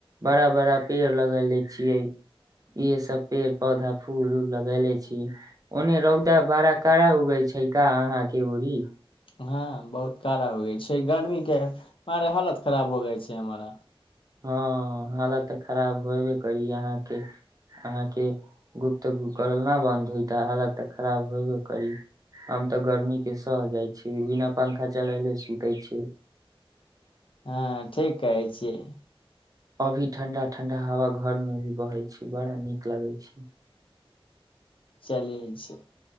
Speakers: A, on the right (about 35°); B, on the left (about 60°).
A: बड़ा बड़ा पेड़ लगैले छियै इहे सब पेड़ पौधा फूल उल लगले छीिय ओन्ने रौदा बड़ा कड़ा उगै छै का अहाँ के ओड़ी
B: हँ बहुत कड़ा हो गई छै गरमी के मर हालत खराब हो गा छै हमरा
A: हँ हालत तऽ खराब होबे करी अहाँके अहाँके गुप्त गुप करल नहि बन्द होइ तऽ हालत तऽ खराब होेबे करी आ तऽ गर्मी के सह जाइ छी बिना पंखा चलेले सुते छै
B: हँ ठीक कहै छियै
A: अभी ठंडा ठंडा हवा घर मे भी बहै छी बड़ा नीक लगै छी
B: चलिय छै